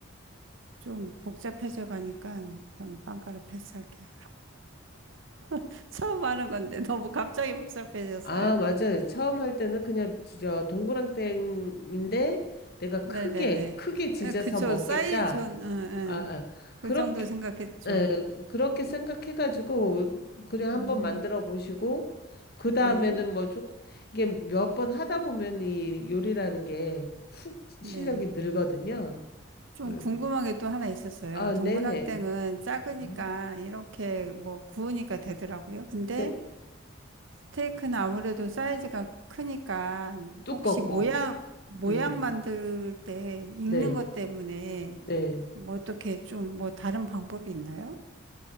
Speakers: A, on the right (about 70°); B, on the left (about 50°).
A: 좀 복잡해져 가니까 전 빵가루 패스할게요. <laughs> 처음 하는 건데 너무 갑자기 복잡해졌어요.
B: 아, 맞아요. 처음 할 때는 그냥 저 동그랑땡인데 내가
A: 네네네.
B: 크게 크게 지져서
A: 에, 그쵸.
B: 먹겠다.
A: 사이즈, 전, 응, 응.
B: 아, 아,
A: 그
B: 그렇게
A: 정도 생각했죠.
B: 에, 그렇게 생각해가지고 그냥
A: 음,
B: 한번 만들어 보시고 그 다음에는
A: 네,
B: 뭐 조금 이게 몇 번 하다 보면 이 요리라는 게 훅 실력이
A: 네.
B: 늘거든요.
A: 좀
B: 음,
A: 궁금한
B: 음.
A: 게 또 하나 있었어요.
B: 아,
A: 동그랑땡은
B: 네네.
A: 작으니까
B: 네.
A: 이렇게 뭐 구우니까 되더라고요. 근데
B: 네네.
A: 스테이크는 아무래도 사이즈가 크니까
B: 두껍고.
A: 혹시 모양, 모양
B: 음, 음.
A: 만들 때 익는
B: 네.
A: 것 때문에
B: 네.
A: 뭐 어떻게 좀 뭐 다른 방법이 있나요?